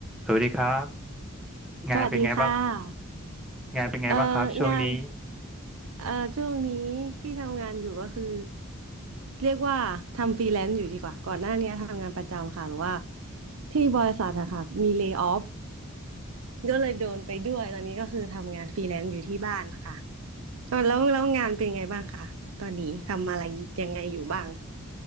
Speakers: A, in the centre; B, on the right.
A: สวัสดีครับงานเป็นไงบ้าง
B: สวัสดีค่ะ
A: งานเป็นไงบ้างครับช่วงนี้
B: เอ่องานเอ่อช่วงนี้ที่ทำงานอยู่ก็คือเรียกว่าทำฟรีแลนซ์อยู่ดีกว่าก่อนหน้านี้ทำงานประจำค่ะหรือว่าที่บริษัทอะค่ะมีเล y off ก็เลยโดนไปด้วยตอนนี้ก็คือทำงานฟรีแลนซ์อยู่ที่บ้านค่ะเอ่อแล้วแล้วงานเป็นไงบ้างคะตอนนี้ทำอะไรยังไงอยู่บ้าง